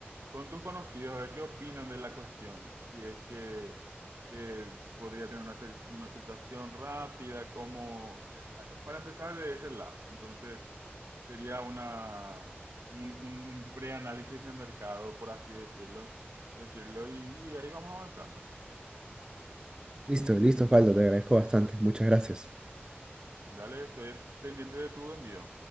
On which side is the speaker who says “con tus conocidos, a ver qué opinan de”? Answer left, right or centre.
Right